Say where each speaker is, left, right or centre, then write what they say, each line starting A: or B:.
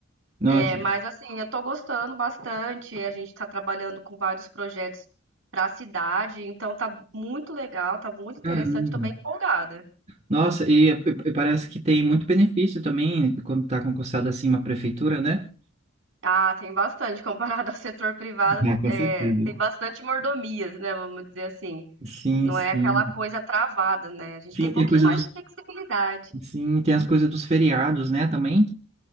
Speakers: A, on the right (about 30°); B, on the right (about 65°).
A: Nossa,
B: É, mas assim, eu tô gostando bastante. A gente tá trabalhando com vários projetos pra cidade, então tá muito legal, tá muito interessante,
A: caramba.
B: tô bem empolgada.
A: Nossa, e, e parece que tem muito benefício também né, quando tá concursado assim uma prefeitura, né?
B: Ah, tem bastante, comparado <laughs> ao setor privado,
A: Ah, com
B: é,
A: certeza.
B: tem bastante mordomias, né? Vamos dizer assim.
A: Sim,
B: Não
A: sim.
B: é aquela coisa travada, né? A gente
A: Sim,
B: tem um pouquinho
A: tem a coisa
B: mais
A: dos,
B: de flexibilidade.
A: sim, tem as coisas dos feriados, né, também?